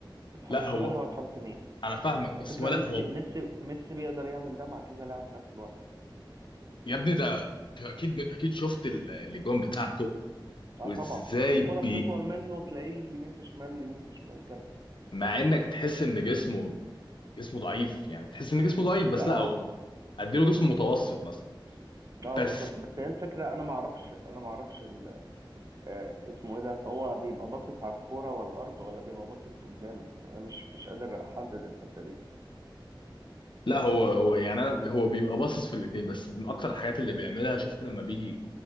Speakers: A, on the right; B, on the left.
A: متحرك
B: لا هو
A: شمال هو يتحرك يمين
B: انا فاهمك بس
A: الفكره
B: هو لا
A: ميسي
B: هو
A: ميسي ميسي بيقدر يعمل ده مع كذا لاعب في نفس الوقت
B: يا ابني ده انت اكيد اكيد شفت ال- الاجوان بتاعته
A: اه
B: وازاي
A: طبعا الكره بتطول
B: بي
A: منه تلاقيه يمين في شمال يمين في شمال جاب
B: مع انك تحس ان جسمه جسمه ضعيف يعني تحس ان جسمه ضعيف بس
A: لا
B: لا
A: هو
B: هو اديله جسم متوسط مثلا
A: اه
B: بس
A: بالظبط بس هي الفكره انا ما اعرفش انا ما اعرفش ال... آه اسمه ايه ده هو بيبقى باصص على الكوره والارض ولا بيبقى باصص قدام انا مش مش قادر احدد الحته دي
B: لا هو هو يعني انا هو بيبقى باصص في الاثنين بس من اكتر الحاجات اللي بيعملها شفت لما بيجي